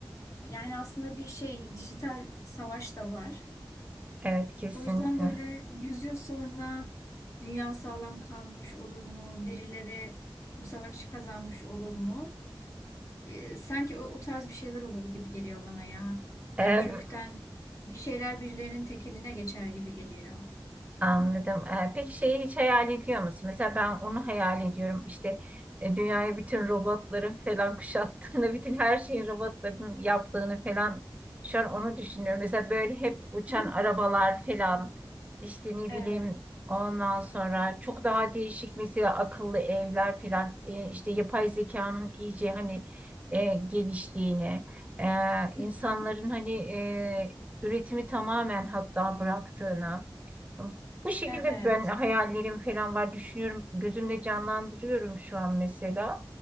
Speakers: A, on the left; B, on the right.
A: Yani aslında bir şey dijital savaş da var.
B: Evet kesinlikle.
A: O yüzden böyle 100 yıl sonra dünya sağlam kalmış olur mu? Birileri bu savaşı kazanmış olur mu? Ee, sanki o, o tarz bir şeyler olur gibi geliyor bana ya.
B: Ee,
A: Yani kökten bir şeyler birilerinin tekeline geçer gibi geliyor.
B: Anladım. Ee, peki şeyi hiç hayal ediyor musun? Mesela ben onu hayal ediyorum. İşte e, dünyayı bütün robotların falan kuşattığını, <laughs> bütün her şeyin robotların yaptığını falan şu an onu düşünüyorum. Mesela böyle hep uçan
A: Hmm.
B: arabalar falan işte ne
A: Evet,
B: bileyim ondan sonra çok daha değişik mesela akıllı evler falan e, işte yapay zekanın iyice hani e, geliştiğini e, insanların
A: Hı hı.
B: hani e, üretimi tamamen hatta bıraktığını bu şekilde
A: evet.
B: ben hayallerim falan var düşünüyorum. Gözümde canlandırıyorum şu an mesela.